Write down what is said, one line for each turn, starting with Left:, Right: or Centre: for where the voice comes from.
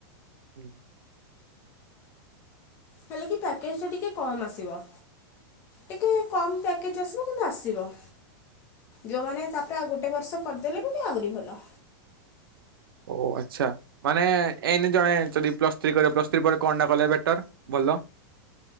Right: ହୁଁ।
Left: ହେଲେ କି ପ୍ୟାକେଜ୍ଟା ଟିକେ କମ୍ ଆସିବ। ଟିକେ କମ୍ ପ୍ୟାକେଜ୍ ଆସିବ କିନ୍ତୁ ଆସିବ। ଯୋଉମାନେ ତାପରେ ଆଉ ଗୋଟେ ବର୍ଷ କରିଦେଲେ ବି ଯେଦି ଆହୁରି ଭଲ‌
Right: ଓ ଆଚ୍ଛା ମାନେ ଏଇନି ଜଣେ ଯଦି ପ୍ଲସ୍ ଥ୍ରୀ କରିବ ପ୍ଲସ୍ ଥ୍ରୀ ପରେ କଣଟା କଲେ ବେଟର। ଭଲ